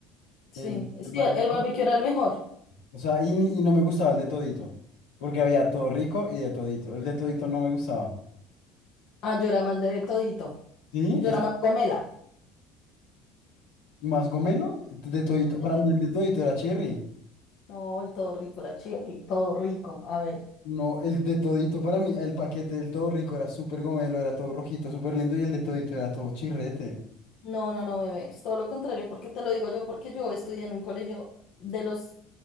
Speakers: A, on the left; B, on the left.
A: Sí,
B: el, el barbecue,
A: sí, el barbecue era el mejor.
B: o sea, y, ni- y no me gustaba el de todito, porque había todo rico y de todito, el de todito no me gustaba,
A: Ah, yo era más de todito.
B: ¿sí?
A: Yo era más gomela.
B: ¿Más gomelo? De todito,
A: El-
B: para
A: el otro-
B: mí el de todito era cherry.
A: no, el todo rico era el chirri, todo rico. A ver.
B: No, el de todito para mí, el paquete del todo rico era súper gomelo, era todo rojito, súper lindo y el de todito era todo chirrete.
A: No, no, no, bebé. Es todo lo contrario, porque te lo digo yo, porque yo estudié en un colegio de los